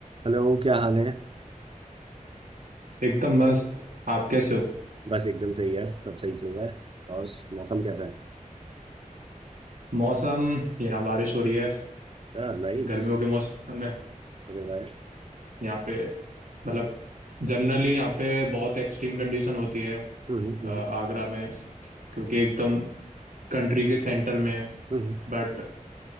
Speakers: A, on the right; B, on the right.
A: Hello क्या हाल है
B: एकदम मस्त आप कैसे हो
A: बस एकदम सही है सब सही चल रहा है और मौसम कैसा है
B: मौसम यहाँ बारिश हो रही है
A: हाँ नाइस
B: गर्मियों के मौसम में
A: ओके भाई
B: यहाँ पे मतलब जनरली यहाँ पे बहुत एक्सट्रीम कंडीशन होती है
A: हम्म हम्म
B: अ, आगरा में क्योंकि एकदम कंट्री के सेंटर में है
A: हम्म
B: बट